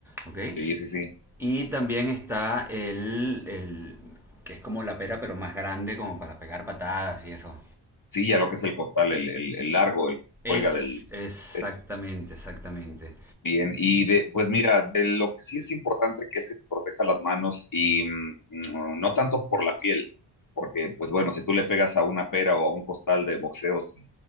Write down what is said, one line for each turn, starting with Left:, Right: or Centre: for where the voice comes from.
Centre: ¿ok?
Left: Sí, sí, sí.
Centre: Y también está el, el, que es como la pera pero más grande como para pegar patadas y eso.
Left: Sí, ya lo que es el costal, el, el, el largo, el que se
Centre: Es,
Left: cuelga del,
Centre: exactamente,
Left: del techo.
Centre: exactamente.
Left: Bien, y de, pues mira, de lo que sí es importante que es que te proteja las manos y mm, no no tanto por la piel, porque pues bueno, si tú le pegas a una pera o a un costal de boxeo sin,